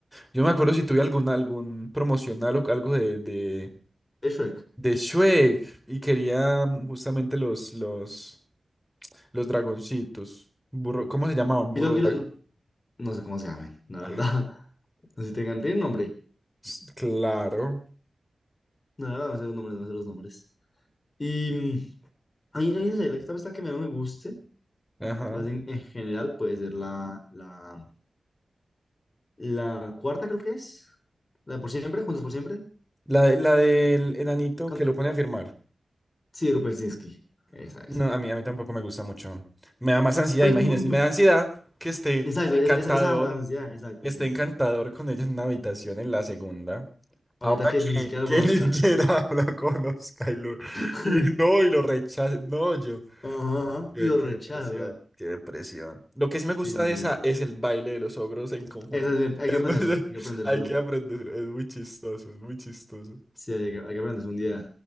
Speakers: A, in the centre; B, on the left.
A: Yo no me acuerdo si tuve algún, algún promocional o algo de, de,
B: Es Shrek.
A: de Shrek y quería mm, justamente los, los, los dragoncitos. Burro, ¿cómo se llamaban?
B: ¿Y,
A: Burro
B: lo- y
A: dragón.
B: lo- No sé cómo se llaman, la verdad.
A: Ah,
B: <laughs> No sé si tengan, tienen nombre.
A: s- claro.
B: La verdad, no sé los nombres, no sé los nombres. Y mm, a mí, a mí no sé, la que tal vez la que menos me guste,
A: Ajá.
B: tal vez en, en general puede ser la, la, la cuarta, creo que es. La de por siempre, Juntos por siempre.
A: La, de- la del enanito
B: Con-
A: que lo pone a firmar.
B: Sí, de Rupersinski. Esa, esa.
A: No, a mí, a mí tampoco me gusta mucho. Me da más ansiedad,
B: Pues,
A: imagínense.
B: mm,
A: Me
B: mm,
A: da ansiedad que esté
B: exacto,
A: encantador,
B: esa, esa, esa me da ansiedad, exacto,
A: esté
B: sí,
A: encantador
B: sí, sí.
A: con ella en una habitación en la segunda.
B: Ahorita
A: Ahora
B: que ni
A: que,
B: siquiera
A: que
B: lo conozca.
A: ni siquiera <laughs> lo conozca y lo,
B: <laughs>
A: y no, y lo rechaza. No, yo.
B: Ajá, ajá,
A: Qué,
B: pido
A: qué
B: rechaza
A: depresión,
B: o sea,
A: qué depresión. Lo que sí me gusta
B: Sí, sí,
A: de
B: sí.
A: esa es el baile de los ogros en conjunto.
B: Esa es- hay
A: Es
B: que aprendérselo,
A: muy- <laughs>
B: hay que aprendérselo.
A: hay que aprenderlo. Es muy chistoso, es muy chistoso.
B: Sí, hay que, hay que aprenderse un día.